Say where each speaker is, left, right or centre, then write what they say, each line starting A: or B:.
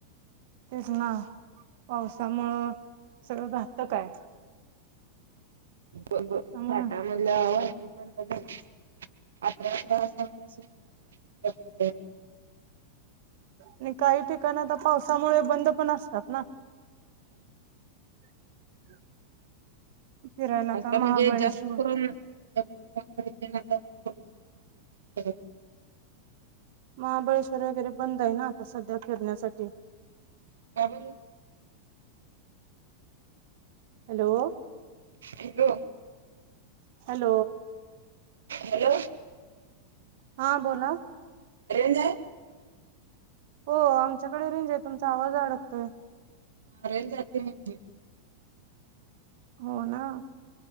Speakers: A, on the right (about 50°); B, on the right (about 65°).
A: तेच ना पावसामुळ सगळं घातकय.
B: घाटामधलं
A: त्यामुळे
B: वाहतू पण बघर. <unintelligible>
A: आणि काही ठिकाण आता पावसामुळे बंद पण असतात ना.
B: म हम्.
A: <inaudible> फिरायला आता
B: असता
A: महाबळेश्वर
B: म्हणजे जास्त करून. <unintelligible>
A: महाबळेश्वर वगैरे बंद आहे ना आता सध्या फिरण्यासाठी.
B: काय बोल्ली.
A: हॅलो.
B: हॅलो.
A: हॅलो.
B: हॅलो.
A: हा बोला.
B: रेंज आहे.
A: हो आमच्याकडे रेंज आहे तुमचा आवाज अडकतोय.
B: रेंज जाते मनजे.
A: हो ना,